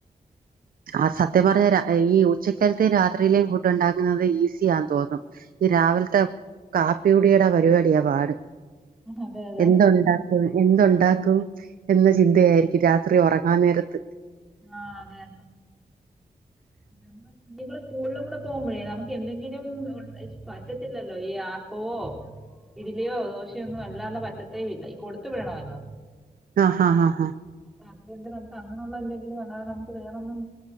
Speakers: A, on the right; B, in the centre.
A: ആഹ് സത്യം പറഞ്ഞു രാ ഈ ഉച്ചക്കാത്തെ രാത്രിയിലേും ഫുഡ് ഉണ്ടാക്കുന്നത് ഈസിയെന്ന് തോന്നും ഈ രാവിലത്തെ കാപ്പി കുടിയുടെ പരിപാടിയാ പാട്
B: അതെ അതെ
A: എന്തുണ്ട എന്തു ഉണ്ടാക്കും എന്ന ചിന്തയായിരിക്കും രാത്രി ഉറങ്ങാൻ നേരത്ത്
B: ആഹ് അതെ അതെ <inaudible> നിങ്ങളൾ സ്കൂളിലും കൂടെ പോകുമ്പോഴേ നമുക്ക് എന്തെങ്കിലും പറ്റത്തില്ലല്ലോ ഈ ആപ്പോവോ ഇഡലിയോ ദോശയോ ഒന്നും അല്ലാതെ പറ്റത്തേ ഇല്ല ഈ കൊടുത്ത് വിടണമല്ലോ
A: ആഹ് ആഹ് ആഹ്
B: അപ്പൊ അതുകൊണ്ട് നമുക്ക് അങ്ങനെയുള്ള എല്ലെങ്കിലും അല്ലാതെ നമുക്ക് വേറൊന്നും